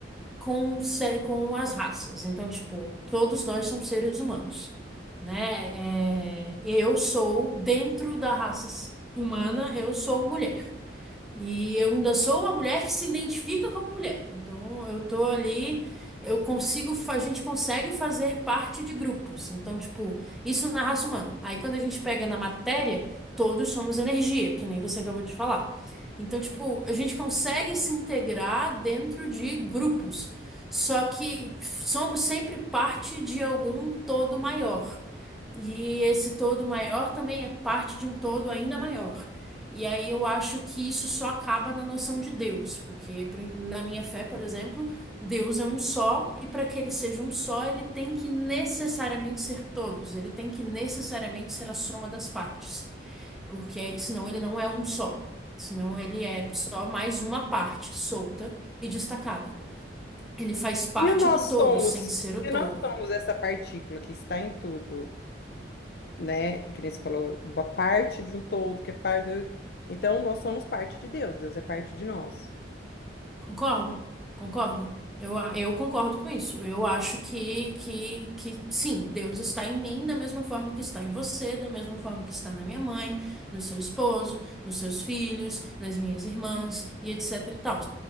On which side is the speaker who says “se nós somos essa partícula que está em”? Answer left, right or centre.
Left